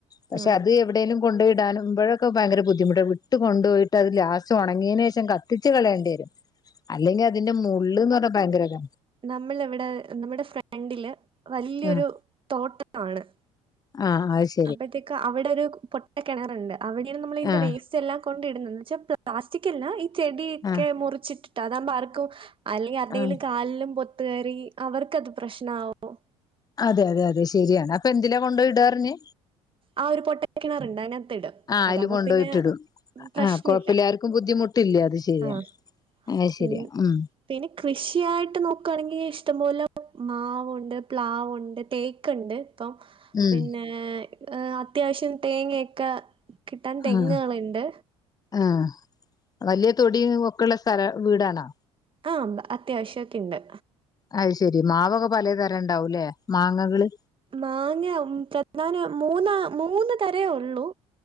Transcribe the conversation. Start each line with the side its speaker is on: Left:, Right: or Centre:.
Left: പക്ഷെ
Right: ആ
Left: അത് എവിടെലും കൊണ്ടോയിടാനും മ്പഴൊക്കെ ഭയങ്കര ബുദ്ധിമുട്ടാ വിട്ട് കൊണ്ടുപൊയിട്ട് അത് ലാസ്റ്റ് ഒണങ്ങിയതിന് ശേഷം കത്തിച്ച് കളയണ്ടി വരും അല്ലെങ്കി അതിന്റെ മുള്ള് ന്ന് പറ്ഞ്ഞാ ഭയങ്കര താ
Right: നമ്മളവിടെ നമ്മുടെ ഫ്രണ്ടില് വല്ല്യൊരു
Left: ആഹ്
Right: തോട്ടമാണ്
Left: ആഹ് അഅ്ശെ
Right: അപ്പോഴത്തേക് അവിടെ ഒരു പൊട്ട കെണറുണ്ട് അവിടെയാണ് നമ്മൾ ഇതിന്റെ
Left: ആഹ്
Right: വേസ് ചെല്ലാം കൊണ്ട ഇടുന്നുന്ന് വെച്ചാ പ്ലാസ്റ്റിക് അല്ലാ ഈ ചെടിയൊക്കെ
Left: ആഹ്
Right: മുറിച്ചിട്ടിട്ട് അതാവുമ്പം ആർക്കും അല്ലെങ്കി ആര്ടെങ്കിലും
Left: ആഹ്
Right: കാലിലും പൊത്ത് കേറി അവതക്കത് പ്രശ്നാവും
Left: അതെ അതെ അതെ ശരിയാണ് അപ്പൊ എന്തിലാ കൊണ്ടയിടാ അർഞ്ഞ്?
Right: ആഹ് ഒരു പൊട്ടക്കിണറ്ണ്ട് അതിനകത്ത്ടും
Left: ആഹ് അയില്
Right: അതാകുമ്പോ
Left: കൊണ്ടോയിട്ടിടും
Right: പിന്നെ പ്രശ്നമില്ല
Left: ആഹ് കൊഴപ്പില്ല ആർക്കും ബുദ്ധിമുട്ടില്ല അത് ശരിയാ
Right: ആ
Left: അഅ്
Right: പിൻ
Left: ശരിയാ ഉം
Right: പിന്നെ കൃഷിയായിട്ട് നോക്കാണെങ്കി ഇഷ്ടം പോല മാവുണ്ട് പ്ലാവുണ്ട് തേക്ക്ണ്ട് പ്പം
Left: ഉം
Right: പിന്നേ അത്യാവശ്യം തേങ്ങയൊക്കെ കിട്ടാൻ തെങ്ങ്‌കളുണ്ട്
Left: ആഹ് ആഹ് അവല്ല്യ തൊടി ഒക്കെള്ള സ്ഥല വീടാണോ?
Right: ആഹ് അത്യാവശ്യൊക്കിണ്ട്.
Left: അത് ശെരി മാവൊക്കെ പലേ തരം ണ്ടാവും ല്ലെ മാങ്ങകള്.
Right: മാങ്ങ ചെത്താന് മൂന്നാ മൂന്ന് തരേ ഉള്ളൂ